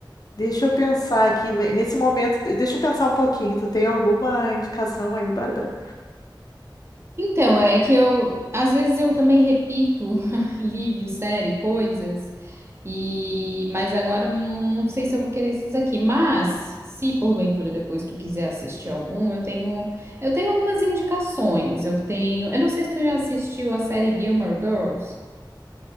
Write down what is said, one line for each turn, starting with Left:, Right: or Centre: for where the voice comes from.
Left: Deixa eu pensar aqui, ne- nesse momento, de- deixa eu pensar um pouquinho. Tu tem alguma indicação aí, Bárbara?
Right: Então, é que eu, às vezes eu também repito <laughs> livros, série, coisas. E, mas agora eu não, não não sei se eu vou querer esses aqui. Mas, se porventura depois tu quiser assistir algum, eu tenho, eu tenho algumas indicações. Eu tenho, eu não sei se tu já assistiu a série Gilmore Girls.